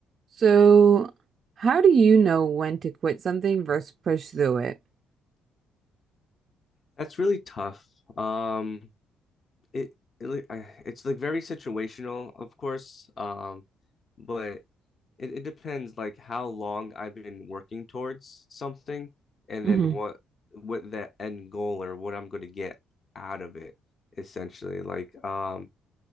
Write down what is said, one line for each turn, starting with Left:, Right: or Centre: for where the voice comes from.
Right: So, how do you know when to quit something versus push through it?
Left: That's really tough. Um, it, it I- it's like very situational, of course. Um, but it, it depends like how long I've been working towards something and
Right: hmm
Left: then what what that end goal or what I'm going to get out of it essentially. Like um